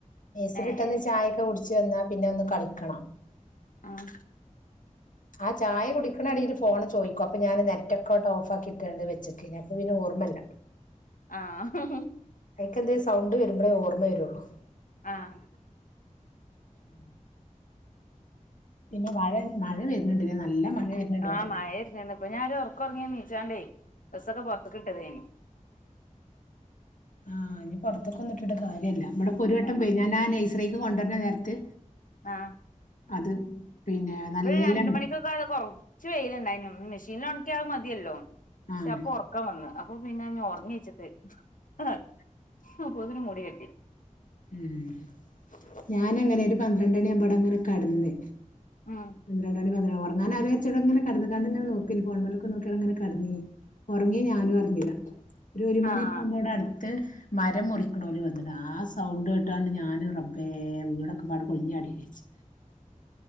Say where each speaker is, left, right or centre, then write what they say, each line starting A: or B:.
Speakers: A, on the left; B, on the left.
A: നെസ്‌റി
B: ഏഹ്
A: വിട്ടന്ന് ചായൊക്കെ കുടി ച്ചു വന്ന പിന്നെ ഒന്ന് കളിക്കണം
B: ഉം
A: ആഹ് ചായ കുടിക്കണടേലും ഫോണ് ചോയിക്കു അപ്പൊ ഞാന് നെറ്റക്കോട്ട്ഓഫാക്കിട്ടുണ്ട് വെച്ചക്കിനി അപ്പ പിന്ന ഓർമ്മല്ല
B: ആഹ്
A: ഇടക്കെന്ത് സൗണ്ട് വരുമ്പാഴേ ഓർമ്മ വരുള്ളൂ
B: ആഹ്
A: ഉം. പിന്നെ മഴ മഴ വരുന്നുണ്ട് ല്ലേ നല്ല മഴ വരുന്നുണ്ട്
B: ആഹ്
A: ഇവിടെ
B: മഴയെരുന്നുണ്ട് ഇപ്പൊ ഞാൻ ഒരു ഒറക്ക് ഒറങ്ങീന്. ചാണ്ടെ ബസൊക്കെ പുറത്തു കിട്ടതേനി.
A: ആഹ് ഇ പൊറത്തൊക്കെ വന്നിട്ട് ന്നിട്ട് കാര്യല്ല. ഇവിടെ ഇപ്പോ ഒരു വട്ടം
B: ആഹ്
A: പെയ് ഞാൻ ആയ നെയ്‌സ് സ്ത്രീക്ക് കൊണ്ടന്നെ നേരത്ത്.
B: ആഹ്.
A: അത് പിന്നെ നല്ല
B: ഇ രണ്ട് മണിക്കൊക്കെ ആട കൊറച്ച് വെയിലുണ്ടായിന്. പിന്നെ ഒണക്കിയ അത് മതിയല്ലോ? പക്ഷെ
A: ആഹ്
B: അപ്പൊ ഉറക്കം വന്ന് അപ്പൊ പിന്നെ ൻ ഉറങ്ങ വച്ചിട്ട് അതാപ്പൊതിന് മുടി കെട്ടി
A: ഉം ഞാൻ അങ്ങനെ ഒരു പന്ത്രണ്ടണി ആവുമ്പോട അങ്ങനെ കടന്ന്.
B: ഉം
A: ഇന്ദ്രണ്ടടി വ ഉറങ്ങാൻ ആലോയിച്ച് ആട കടന്നു കാണ്ട് നോക്കല് ഫോണ് മലൊക്കെ നോക്കിയടങ്ങനെ കടന്നീ ഉറങ്ങിയെ ഞാനും അറിഞ്ഞില്ല. ഒരു ഒരു മണിക്കാവും
B: ആഹ്
A: ആവുമ്പോ ആട ത് മരം മുറിക്കണോല് വന്ന്‌ ആ സ് സൗണ്ട് കേട്ടാണ്ട് ഞാന് റബ്ബേ വീടൊക്കെപാട് പൊളിഞ്ഞാടീച്ച്